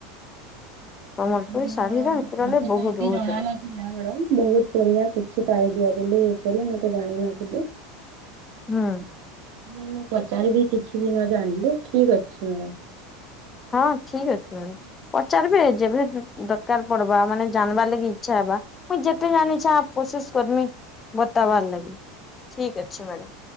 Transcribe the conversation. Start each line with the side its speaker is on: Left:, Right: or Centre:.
Left: ସମ୍ବଲପୁରୀ
Right: ବଢିଆ
Left: ଶାଢୀର ହେଥିରଲେ
Right: ମୋତେ
Left: ବହୁତ
Right: ତ ଏତେ
Left: ବହୁତ
Right: ଯଣା
Left: ରେଟ।
Right: ନ ଥିଲା ହେଲା ମାଡ଼ମ ବହୁତ୍ ବଢିଆ କିଛି ପାଳି ଦିଆ ଦେଲି ଏପରି ମୁଁ ତ ଜାଣିନଥିଲି
Left: ହୁଁ
Right: ମୁଁ ପଚାରିବି କିଛି ବି ନ ଜାଣିଲି ଠିକ୍ ଅଛି ମ୍ୟାମ୍
Left: ହଁ ଠିକ୍ ଅଛି ମ୍ୟାଡମ୍ ପଚାର୍ ବେ ଯେଭେ ଦରକାର ପଡବା ମାନେ ଜାଣିବା ଲାଗି ଇଚ୍ଛା ହେବା। ମୁଇଁ ଯେତେ ଜାଣିଛେ କୋଶିଶ୍ କରମି ବତାବାର୍ ଲାଗି ଠିକ୍ ଅଛେ ମ୍ୟାଡମ୍।